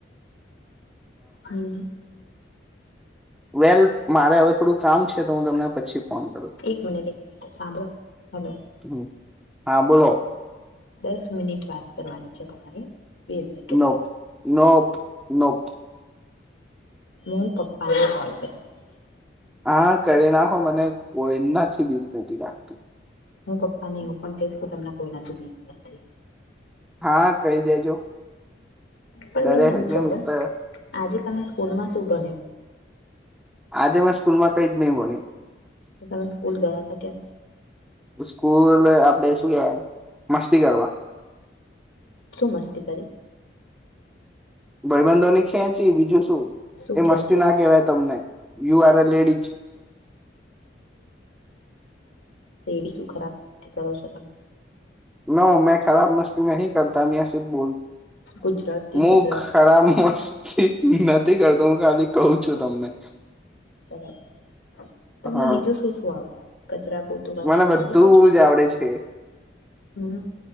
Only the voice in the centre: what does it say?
વેલ મારે હવે થોડું કામ છે તો હું તમને પછી ફોન કરું
હમ હા બોલો.
નો
નો નો
હા કરી નાખો મને બહુ એમનાથી બીક નથી લાગતી.
હા કહી દેજો
ડરે
છે કેમ
તો
આજે મેં સ્કૂલમાં કઈ જ નહી ભણ્યું.
સ્કૂલ આપડે શું કેવાય મસ્તી કરવા.
ભાઈબંધોની ખેંચી બીજું શુ.
એ
મસ્તી ના કેહેવાય તમને યુ આર અ લેડીજ <inaudible>
નો મેં ખરાબ મસ્તી નહી કરતા મે સ બોલ
હું
ખરાબ મસ્તી નથી કરતો હું ખાલી કઉ છું તમને
હા
મને બધું
જ આવડે છે.